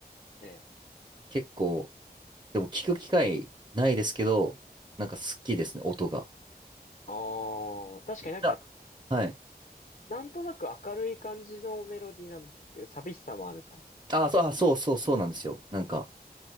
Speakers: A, on the left; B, on the right.
A: ええ。
B: 結構、でも聞く機会ないですけど、なんか好きですね、音が。
A: ああ、確かになんか、
B: めっちゃはい。
A: なんとなく明るい感じのメロディーなんですけど、寂しさもある感じもして、
B: あ、そう、あ、
A: みたいな。
B: そうそう、そうなんですよ。なんか、